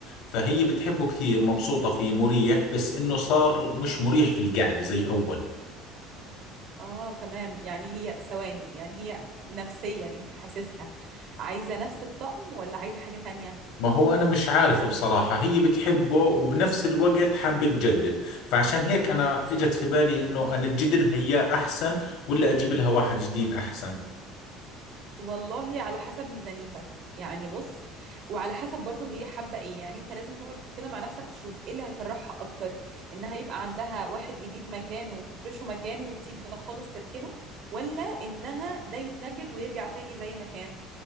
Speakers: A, on the left; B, on the right.
A: فهي بتحبه كثير مبسوطة فيه مريح بس انه صار مش مريح في القعدة زي اول
B: اه تمام يعني هي ثواني يعني هي نفسيا انت حاسسها عايزه نفس الطقم ولا عايزه حاجه تانية
A: ما هو انا مش عارف بصراحة هي بتحبه وبنفس الوقت حابة تجدد فعشان هيك انا اجت في بالي انه انا اجدد لها اياه احسن ولا اجيب لها واحد جديد احسن
B: والله على حسب ميزانيتك يعني بص وعلى حسب برضو هي حابة ايه يعني انت لازم تقعد كده مع نفسك تشوف ايه اللي هيفرحها اكتر انها يبقى عندها واحد جديد مكانه وتفرشه مكانه وتسيب ده خالص تركنه ولا انها ده يتنجد ويرجع تاني زي ما كان